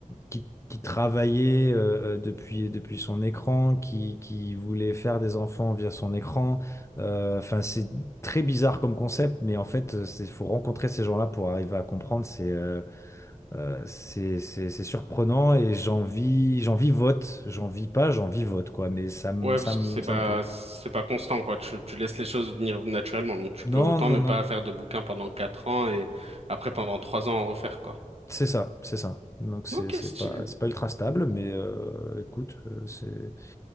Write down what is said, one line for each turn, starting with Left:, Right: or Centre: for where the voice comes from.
Left: qui, qui travaillait euh, euh, depuis, depuis son écran, qui, qui voulait faire des enfants via son écran. Euh, Enfin, c'est très bizarre comme concept, mais en fait, il faut rencontrer ces gens-là pour arriver à comprendre. C'est euh, euh, c'est c'est- c'est surprenant et j'en vis, j'en vis vote. J'en vis pas, j'en vis vote, quoi. Mais ça me
Right: Ouais,
Left: ça
Right: parce
Left: me-
Right: que c'est
Left: ça
Right: pas,
Left: me plaît.
Right: c'est pas constant, quoi. Tu, tu laisses les choses venir naturellement, donc tu peux
Left: Non,
Right: autant
Left: non,
Right: ne pas
Left: non.
Right: faire de bouquin pendant quatre ans et après pendant trois ans en refaire, quoi.
Left: C'est ça, c'est ça. Donc, c'est
Right: Ok,
Left: c'est
Right: stylé.
Left: pas, c'est pas ultra stable, mais euh, écoute, euh, c'est,